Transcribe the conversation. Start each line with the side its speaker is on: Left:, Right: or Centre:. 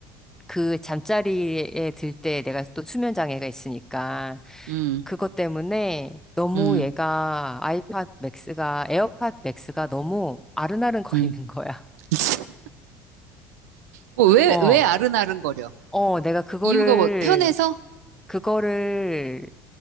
Centre: 그 잠자리에 들 때 내가 또 수면 장애가 있으니까
Right: 음,
Centre: 그것 때문에 너무
Right: 음,
Centre: 얘가 아이팟 맥스가 에어팟 맥스가 너무 아른아른 거리는
Right: 음.
Centre: 거야.
Right: <laughs> 뭐, 왜,
Centre: 어.
Right: 왜 아른아른거려?
Centre: 어, 내가 그거를
Right: 이유가 뭐, 편해서?
Centre: 그거를